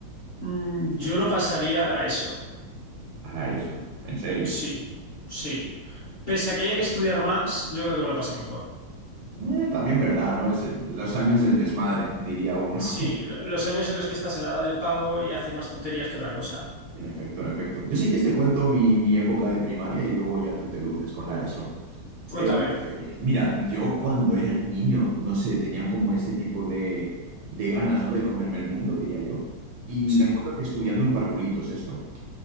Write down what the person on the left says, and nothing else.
Mm, Yo lo pasaría a la ESO.
Sí, sí. Pese a que haya que estudiar más, yo creo que me lo pasé mejor.
Sí,
lo- los años en los que estás en la edad del pavo y haces más tonterías que otra cosa.
Cuéntame.
Sí,